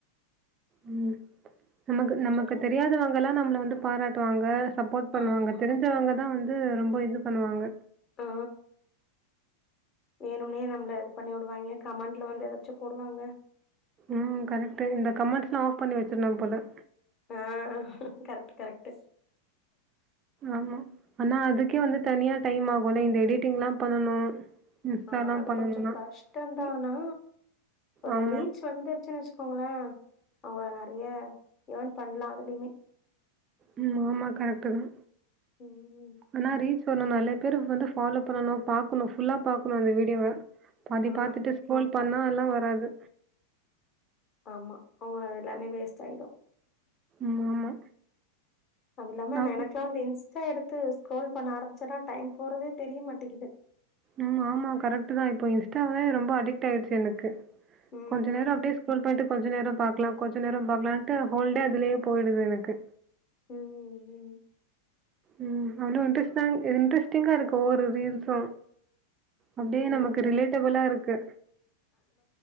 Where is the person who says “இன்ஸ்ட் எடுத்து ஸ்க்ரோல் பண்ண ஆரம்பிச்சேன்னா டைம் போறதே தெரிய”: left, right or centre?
Left